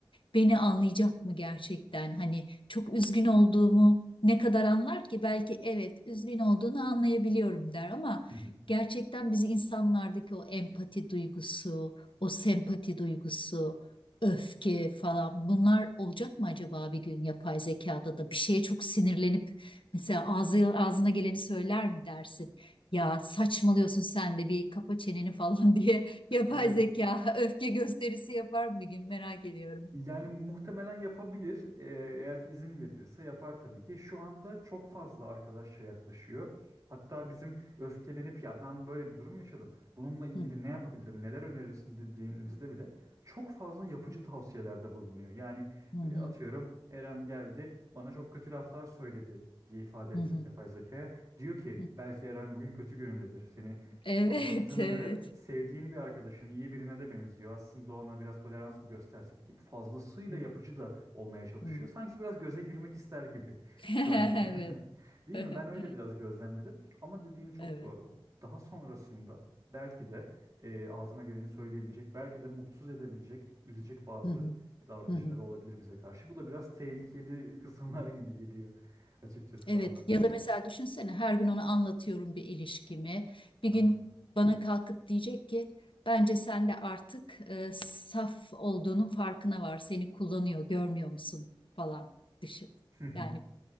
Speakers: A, on the left; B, on the right.
A: beni anlayacak mı gerçekten? Hani çok üzgün olduğumu ne kadar anlar ki? Belki evet üzgün olduğunu anlayabiliyorum der ama
B: Hı hı.
A: gerçekten bizi insanlardaki o empati duygusu, o sempati duygusu, öfke falan bunlar olacak mı acaba bir gün yapay zekada da bir şeye çok sinirlenip mesela ağzı, ağzına geleni söyler mi dersin? Ya saçmalıyorsun sen de bir kapa çeneni falan <laughs> diye
B: <laughs>
A: yapay
B: Evet.
A: zeka öfke gösterisi yapar mı bir gün merak ediyorum.
B: Yani muhtemelen yapabilir. Ee, eğer ki izin verilirse yapar tabii ki. Şu anda çok fazla arkadaşça yaklaşıyor. Hatta bizim öfkelenip ya ben böyle bir durum yaşadım. Bununla ilgili
A: Hı
B: ne yapabilirim, neler önerirsin dediğimizde bile çok fazla yapıcı tavsiyelerde bulunuyor. Yani
A: hı hı
B: e, atıyorum Eren geldi bana çok kötü laflar söyledi diye ifade etsek
A: hı. hı,
B: yapay zekaya. Diyor ki
A: hı.
B: belki Eren bugün kötü günündedir. Seni Su-
A: Evet,
B: Anlattığına
A: evet.
B: göre sevdiğin bir arkadaşın iyi birine de benziyor. Aslında ona biraz tolerans mı göstersek deyip fazlasıyla
A: Hı,
B: yapıcı da olmaya çalışıyor.
A: hı.
B: Sanki biraz göze girmek ister gibi
A: <laughs>
B: şu anki.
A: Evet.
B: <laughs> Değil
A: <laughs>
B: mi? Ben öyle biraz gözlemledim. Ama dediğin çok
A: Evet.
B: doğru. Daha sonrasında belki de e, ağzına geleni söyleyebilecek, belki de mutsuz edebilecek, üzecek bazı
A: Hı hı.
B: davranışları
A: Hı hı.
B: olabilir bize karşı. Bu da biraz tehlikeli kısımlar gibi geliyor açıkçası
A: Evet
B: bana da.
A: ya da mesela düşünsene her gün ona anlatıyorum bir ilişkimi. Bir
B: Aha.
A: gün bana kalkıp diyecek ki bence sen de artık e, saf olduğunun farkına var. Seni kullanıyor, görmüyor musun falan düşün.
B: <laughs>
A: Yani